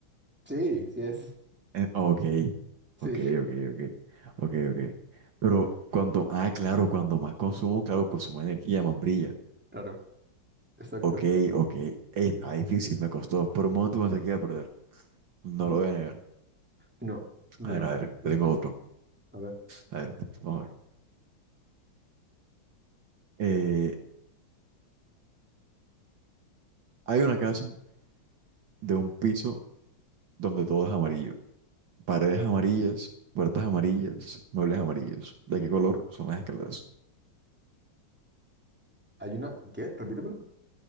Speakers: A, in the centre; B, on the right.
A: Sí, sí es.
B: Eh, ok,
A: Sí,
B: ok, ok, ok, ok, ok. Pero cuando, ah, claro, cuando más consumo, claro, consumo energía, más brilla.
A: claro. Exacto.
B: Ok, ok. Ey, está difícil, me costó. Por un momento pensé que iba a perder. No
A: N-
B: lo voy a negar.
A: No, no,
B: A ver,
A: no.
B: a ver, yo tengo
A: Ganaste.
B: otro.
A: A ver.
B: A ver, vamos a ver. Eh, hay una casa de un piso donde todo es amarillo. Paredes amarillas, puertas amarillas, muebles amarillos. ¿De qué color son las escaleras?
A: Hay una... ¿Qué? Repítemelo.